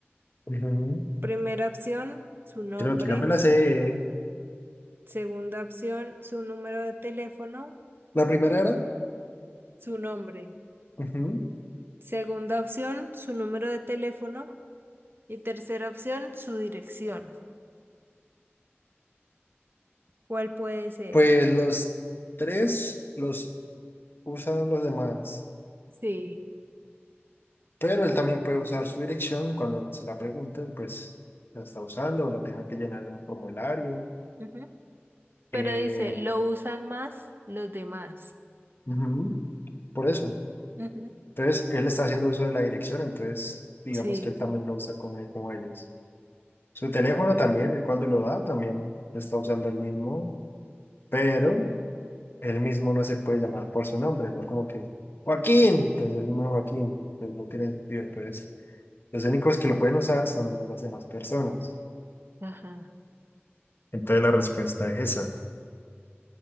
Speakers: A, on the left; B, on the right.
A: Ujú.
B: Primera opción, su nombre.
A: Creo que ya me la sé.
B: Segunda opción, su número de teléfono,
A: La primera era,
B: su nombre.
A: ujú,
B: Segunda opción, su número de teléfono. Y tercera opción, su dirección. ¿Cuál puede ser?
A: pues los tres los usan los demás,
B: Sí.
A: pero él también puede usar su dirección cuando se la pregunten, pues la está usando o la tenga que llenar en un formulario.
B: Ujú. Pero
A: eh,
B: dice, lo usan más los demás.
A: ujú, por eso.
B: Ujú.
A: Entonces, él está haciendo uso de la dirección, entonces digamos
B: Sí.
A: que él también lo usa como, como ellos. Su teléfono también, él cuando lo da, también está usando el mismo, pero él mismo no se puede llamar por su nombre, ¿no? Como que Joaquín, entonces el mismo Joaquín, pues no tiene sentido. Entonces, los únicos que lo pueden usar son las demás personas.
B: Ajá.
A: Entonces la respuesta es esa.